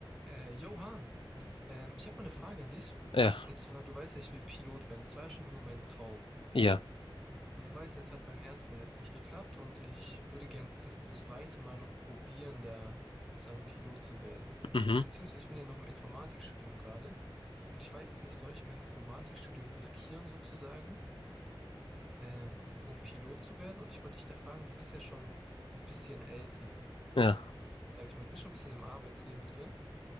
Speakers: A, in the centre; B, on the left (about 70°).
A: Äh, Johann, ähm, ich habe mal eine Frage an dich.
B: Ja,
A: Und zwar, du weißt ja, ich will Pilot werden. Das war ja schon immer mein Traum.
B: ja,
A: Und du weißt ja, es hat beim ersten Mal jetzt nicht geklappt und ich würde gern das zweite Mal noch probieren, da sozusagen Pilot zu werden.
B: mhm,
A: Beziehungsweise ich bin ja noch im Informatikstudium gerade und ich weiß jetzt nicht, soll ich mein Informatikstudium riskieren sozusagen, ähm, um Pilot zu werden? Und ich wollte dich da fragen, du bist ja schon ein bisschen älter,
B: ja.
A: sag ich mal, du bist schon ein bisschen im Arbeitsleben drin.